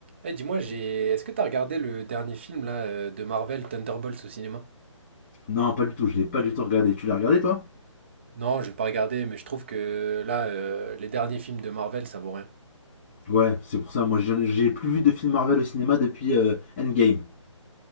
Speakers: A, on the right; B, on the left.
A: Eh, dis-moi, j'ai... est-ce que t'as regardé le dernier film là euh, de Marvel, Thunderbolts au cinéma?
B: Non, pas du tout, je l'ai pas du tout regardé. Tu l'as regardé toi?
A: Non, j'ai pas regardé, mais je trouve que là, euh, les derniers films de Marvel, ça vaut rien.
B: Ouais, c'est pour ça, moi j'en- j'ai plus vu de films Marvel au cinéma depuis euh, Endgame.